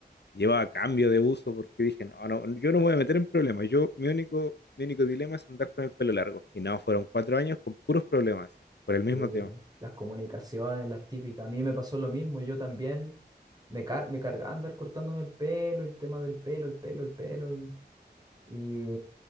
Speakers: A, on the left; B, on the right.
A: llevaba cambio de uso porque dije, no, no, yo no me voy a meter en problemas. Yo, mi único, mi único dilema es andar con el pelo largo. Y no, fueron cuatro años con puros problemas, sí, por el mismo
B: Sí,
A: tema.
B: ¿no? Las comunicaciones, las típicas. A mí me pasó lo mismo, yo también me, car me cargaba andar cortándome el pelo, el tema del pelo, el pelo, el pelo. Y, y,